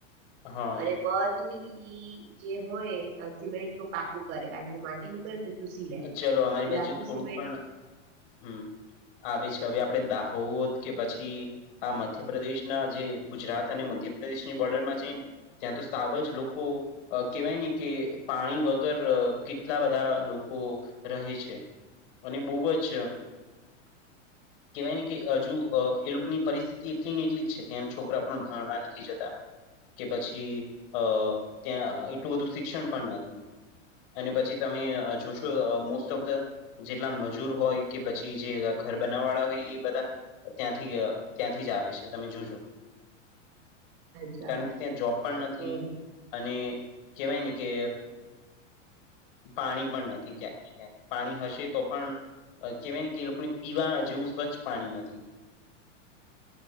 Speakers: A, on the left; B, on the right.
A: હા
B: અને બધ. ઈ જે હોય સિમેન્ટ ન પાકું કરે કારણ માટીનું કરેને તો ચૂસી લે
A: ચલો અમારી
B: એટલે
A: બાજુ
B: આખું
A: થોડુંક
B: સિમેન્ટ
A: પણ હમ આવે છે હવે આપણે દાહો. કે પછી આ મધ્યપ્રદેશના જે ગુજરાત અને મધ્યપ્રદેશની બોર્ડરમાં જઈને ત્યાં તો સાવ જ લોકો અ કેવાય ને કે પાણી વગર કેટલા બધા લોકો રહે છે અને બહુ જ કેવાય ને કે હજુ એ લોકોની પરિસ્થિતિ એટલી ને એટલી જ છે ત્યાં છોકરા પણ ભણવા નથી જતા કે પછી અ ત્યાં એટલું બધું શિક્ષણ પણ નથી અને પછી તમે જોશો. મોસ્ટ ઓફ ધ જેટલા મજૂર હોય કે પછી જે ઘર બનાવવા વાળા હોય એ બધા ત્યાંથી ત્યાંથી જ આવે છે તમે જોજો
B: અચ્છા
A: કારણ કે ત્યાં જોબ પણ નથી
B: હમ
A: અને કેહેવાય ને કે પાણી પણ નથી ક્યાંક ક પાણી હશે તો પણ કહેવાય ને કે એ લોકોને પીવા જેવું સ્વચ્છ પાણી નથી